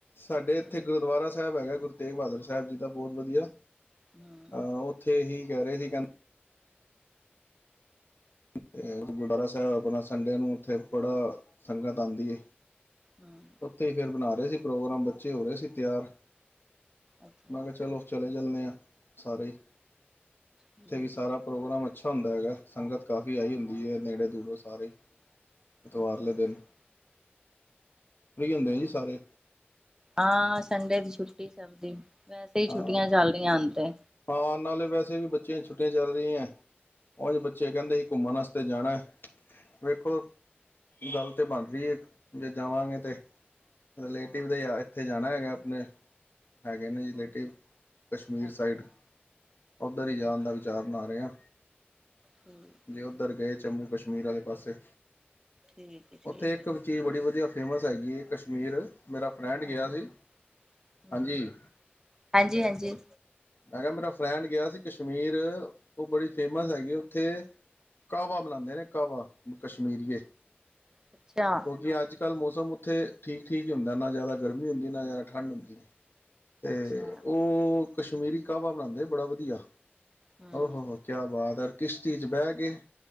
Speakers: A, on the left (about 60°); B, on the right (about 15°).
A: ਸਾਡੇ
B: ਹਮ
A: ਇੱਥੇ ਗੁਰਦੁਆਰਾ ਸ ਸਾਹਿਬ ਹੈਗਾ ਗੁਰੂ ਤੇਗ ਬਹਾਦਰ ਸਾਹਿਬ ਜੀ ਦਾ ਬਹੁਤ ਵਧੀਆ।
B: ਹਮ
A: ਅਹ ਉੱਥੇ ਹੀ ਕਹਿ ਰਹੇ ਸੀ ਕਹਿੰਦੇ ਤੇ ਗੁਰਦੁਆਰਾ ਸਾਹਿਬ ਆਪਣਾ ਸੰਡੇ ਨੂੰ ਉੱਥੇ ਬੜਾ ਸੰਗਤ ਆਉਂਦੀ ਏ।
B: ਹਮ
A: ਉੱਥੇ ਹੀ ਫੇਰ ਬਣਾ ਹੇ ਸੀ ਪ੍ਰੋਗਰਾਮ ਬੱਚੇ ਹੋ ਰਹੇ ਸੀ ਤਿਆਰ।
B: ਅੱਛਾ
A: ਮੈਂ
B: ਅੱਛਾ
A: ਕਿਹਾ ਚਲੋ ਚਲੇ ਚਲਦੇ ਆ। ਸਾਰੇ ਇ ਇੱਥੇ
B: ਠੀਕ
A: ਵੀ ਸਾਰਾ ਪ੍ਰੋਗਰਾਮ ਅੱਛਾ ਹੁੰਦਾ ਹੈਗਾ ਸੰਗਤ ਕਾਫੀ ਆਈ ਹੁੰਦੀ ਹੈ, ਨੇੜੇ ਦੂੜੇ ਸਾਰੇ। ਐਤਵਾਰ
B: ਅੱਛਾ
A: ਲੇ ਦਿਨ
B: ਅੱਛਾ
A: ਫ੍ਰੀ ਹੁੰਦੇ ਆ ਜੀ ਸਾਰੇ
B: ਹਾਂ ਸੰਡੇ ਦੀ ਛੁੱਟੀ ਸਭ ਦੀ ਵੈਸੇ ਹੀ
A: ਹਾਂ
B: ਛੁੱਟੀਆਂ ਚੱਲ ਰਹੀਆਂ ਹੁਣ ਤੇ
A: ਹਾਂ ਨਾਲੇ ਵੈਸੇ ਵੀ ਬੱਚਿਆਂ ਦੀ ਛੁੱਟੀਆਂ ਚੱਲ ਰਹੀ ਹੈ ਉਝ ਬੱਚੇ ਕਹਿੰਦੇ ਸੀ, ਘੁੰਮਣ ਵਾਸਤੇ ਜਾਣਾ ਹੈ। ਵੇਖੋ ਗੱਲ ਤੇ ਬਣ ਰਹੀ ਹੈ ਜੇ ਜਾਵਾਂਗੇ ਤਾਂ ਰਿਲੇਟਿਵ ਦੇ ਇੱਥੇ ਜਾਣਾ ਹੈਗਾ ਆਪਣੇ ਹੈਗੇ ਨੇ ਰਿਲੇਟਿਵ ਕਸ਼ਮੀਰ
B: ਅੱਛਾ
A: ਸਾਈਡ ਉੱਧਰ ਹੀ ਜਾਣ
B: ਅੱਛਾ
A: ਦਾ ਵਿਚਾਰ ਬਣਾ ਰਹੇ ਆ
B: ਠੀਕ ਹੈ।
A: ਜੇ ਉੱਧਰ ਗਏ ਜੰਮੂ ਕਸ਼ਮੀਰ ਆਲੇ ਪਾਸੇ
B: ਠੀਕ ਹੈ
A: ਉੱਥੇ
B: ਠੀਕ
A: ਇੱਕ
B: ਹੈ
A: ਚੀਜ਼ ਬੜੀ ਵਧੀਆ ਫੇਮਸ ਹੈਗੀ ਏ ਕਸ਼ਮੀਰ ਮੇਰਾ ਫਰੈਂਡ ਗਿਆ
B: ਹਾਂਜੀ
A: ਸੀ
B: ਹੂੰ,
A: ਹਾਂਜੀ।
B: ਹਾਂਜੀ ਹਾਂਜੀ।
A: ਮੈਂ ਕਿਹਾ ਮੇਰਾ ਫਰੈਂਡ ਗਿਆ ਸੀ ਕਸ਼ਮੀਰ, ਉਹ ਬੜੀ ਫੇਮਸ ਹੈਗੀ, ਉੱਥੇ ਕਾਹਵਾ ਬਣਾਦੇ ਨੇ ਕਾਹਵਾ ਕਸ਼ਮੀਰੀਏ ਕਿਉਂਕਿ
B: ਅੱਛਾ
A: ਅੱਜ ਜ ਕੱਲ੍ਹ ਮੌਸਮ ਉੱਥੇ ਠੀਕ ਠੀਕ ਹੀ ਹੁੰਦਾ ਏਨਾ ਜ਼ਿਆਦਾ ਗਰਮੀ ਹੁੰਦੀ, ਨਾ ਜ਼ਿਆਦਾ ਠੰਢ ਹੁੰਦੀ ਏ। ਤੇ
B: ਅੱਛਾ
A: ਉਹ ਕਸ਼ਮੀਰੀ ਕਾਹਵਾ ਬਣਾਦੇ ਬੜਾ ਵਧਿਆ।
B: ਹਮ
A: ਓਹ-ਓਹ ਕਿਆ ਬਾਤ- ਕਿਸ਼ਤੀ 'ਚ ਬਹਿ ਕੇ